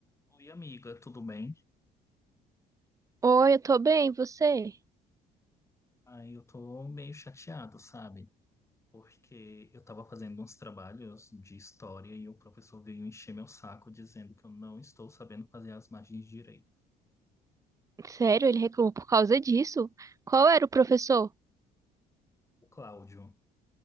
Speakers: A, on the left; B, on the right.
A: Oi, amiga, tudo bem?
B: Oi, eu tô bem, e você?
A: Aí eu tô meio chateado, sabe? Porque eu tava fazendo uns trabalhos de história e o professor veio encher meu saco dizendo que eu não estou sabendo fazer as margens direito.
B: Sério, ele reclamou por causa disso? Qual era o professor?
A: O Cláudio.